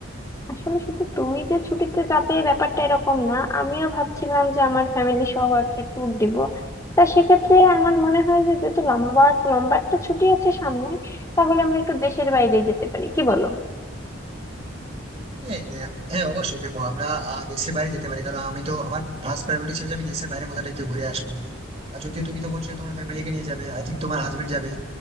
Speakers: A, on the left; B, on the right.
A: আসলে শুধু তুমি যে ছুটিতে যাবে ব্যাপারটা এরকম না আমিও ভাবছিলাম যে আমার ফ্যামিলি সহ একটা ট্যুর দিব তা সেক্ষেত্রে আমার মনে হয় যে যেহেতু লম্বা লম্বা একটা ছুটি আছে সামনে তাহলে আমরা একটু দেশের বাইরে যেতে পারি কি বলো
B: হ্যাঁ হ্যাঁ অবশ্যই দেখো আমরা আহ, দেশের বাইরে যেতে পারি কারণ আমি তো আমার ফার্স্ট প্রায়োরিটি ছিল যে আমি দেশের বাইরে কোথাটা গিয়ে ঘুরে আসবো আর যদিও তুমি তো বলছো যে তোমার ফ্যামিলিকে নিয়ে যাবে আই থিঙ্ক তোমার হাজবেন্ড যাবে